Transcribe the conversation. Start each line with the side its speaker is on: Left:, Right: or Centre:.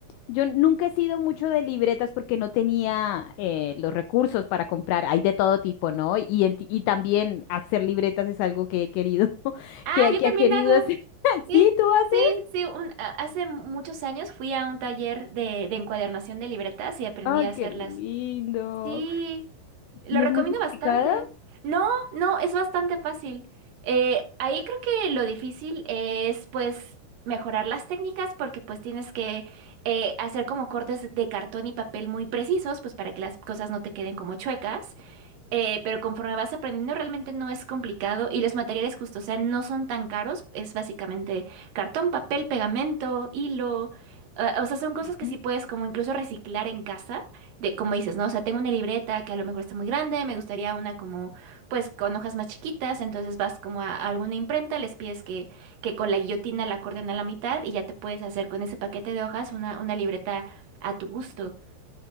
Left: Yo nunca he sido mucho de libretas porque no tenía eh, los recursos para comprar. Hay de todo tipo, ¿no? Y, en- ti- y también hacer libretas es algo que he querido, <laughs>
Right: Ah,
Left: que,
Right: yo
Left: que
Right: también
Left: ha querido
Right: hago.
Left: hacer. <laughs>
Right: Sí,
Left: Sí, tú haces.
Right: sí, sí. un- a- hace muchos años fui a un taller de, de encuadernación de libretas y aprendí
Left: Ay,
Right: a hacerlas.
Left: qué lindo.
Right: Sí, lo
Left: ¿Y
Right: recomiendo
Left: es muy complicada?
Right: bastante. No, no, es bastante fácil. Eh, ahí creo que lo difícil es pues mejorar las técnicas porque pues tienes que eh, hacer como cortes de cartón y papel muy precisos pues para que las cosas no te queden como chuecas. Eh, pero conforme vas aprendiendo, realmente no es complicado y los materiales justo, o sea, no son tan caros. Es básicamente cartón, papel, pegamento, hilo. eh, o sea, son cosas que
Left: Mm.
Right: sí puedes como incluso reciclar en casa, de como dices, ¿no? O sea, tengo una libreta que a lo mejor está muy grande, me gustaría una como, pues, con hojas más chiquitas, entonces vas como a, a alguna imprenta, les pides que, que con la guillotina la corten a la mitad y ya te puedes hacer con ese paquete de hojas una, una libreta a tu gusto.